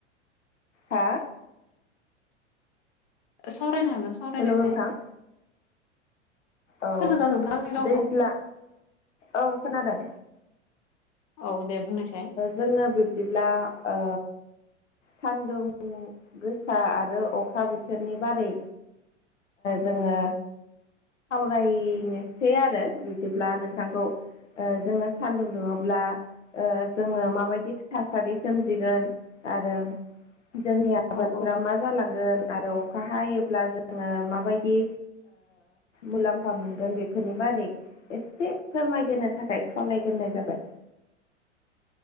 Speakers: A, on the left (about 85°); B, on the left (about 35°).
A: हा
B: सावरायनो हागोन सावरायनायसाय
A: हेल' नोंथां औ
B: खोनादोंना नोंथाङा आंनि रावखौ?
A: दैज्लां औ खोनादों
B: औ दे बुंनायसाय
A: जोंनो बिब्दिब्ला ओ सान्दुं गोसा आरो अखा बोथोरनि बारै जोङो रायनोसै आरो बिदिब्ला नोंथांखौ जोङो सान्दुं दुङोब्ला जोङो माबायदि थासारि सोमजिगोन आरो जोंनिया
B: औ
A: आबादफोरा
B: औ
A: मा जालांगोन आरो अखा हायोब्ला जोङो माबायदि मुलाम्फा मोनगोन बेफोरनि बारै एसे फोरमायगोनो थाखाय खावलायग्रोननाय जाबाय